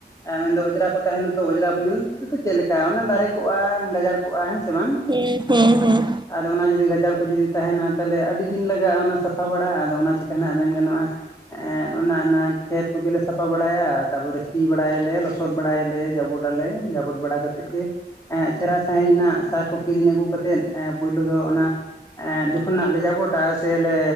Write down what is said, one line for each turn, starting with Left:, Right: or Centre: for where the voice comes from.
Left: ᱮ ᱢᱮᱱᱫᱚ ᱚᱸᱡᱽᱨᱟ ᱠᱚ ᱛᱟᱦᱮᱱᱟ ᱛᱚ ᱚᱡᱽᱨᱟ ᱢᱮᱱ ᱛᱮᱫᱚ ᱪᱮᱫ ᱞᱮᱠᱟ ᱚᱱᱟ ᱫᱟᱨᱮ ᱠᱚᱜ-ᱟ ᱜᱟᱡᱟᱲ ᱠᱚᱜ-ᱟ ᱦᱮᱸ ᱥᱮ ᱵᱟᱝ᱾
Right: <unintelligible> ᱦᱮᱸ ᱦᱮᱸ
Left: ᱟᱫᱚ ᱚᱱᱟ ᱡᱩᱫᱤ ᱜᱟᱡᱟᱲ ᱠᱚ ᱡᱩᱫᱤ ᱛᱟᱦᱮᱱᱟ ᱛᱟᱦᱚᱞᱮ ᱟᱹᱰᱤ ᱫᱤᱱ ᱞᱟᱜᱟ-ᱟ ᱚᱱᱟ ᱥᱟᱯᱟ ᱵᱟᱲᱟ ᱟᱫᱚ ᱚᱱᱟ ᱪᱤᱠᱟᱹ ᱡᱟᱦᱟᱸ ᱱᱟᱜ ᱢᱮᱱ ᱜᱟᱱᱚᱜ-ᱟ᱾ ᱮ ᱚᱱᱟ ᱚᱱᱟ ᱠᱷᱮᱛ ᱠᱚ ᱜᱮᱞᱮ ᱥᱟᱯᱟ ᱵᱟᱲᱟᱭᱟ ᱛᱟᱨ ᱯᱚᱨᱮ ᱥᱤ ᱵᱟᱲᱟᱭ ᱟᱞᱮ ᱞᱚ- ᱥᱚᱫ ᱵᱟᱲᱟᱭ ᱟᱞᱮ ᱡᱟᱵᱚᱰ ᱟᱞᱮ ᱡᱟᱵᱚᱰ ᱵᱟᱲᱟ ᱠᱟᱛᱮᱫ ᱜᱮ᱾ ᱮ ᱪᱮᱦᱨᱟ ᱥᱟᱹᱦᱤᱡ ᱨᱮᱱᱟᱜ ᱥᱟᱨ ᱠᱚ ᱠᱤᱨᱤᱧ ᱟᱹᱜᱩ ᱠᱟᱛᱮᱫ ᱯᱩᱭᱞᱩ ᱫᱚ ᱚᱱᱟ ᱮ ᱡᱚᱠᱷᱚᱱ ᱱᱟᱜ ᱞᱮ ᱡᱟᱵᱚᱰ-ᱟ ᱥᱮᱞᱮ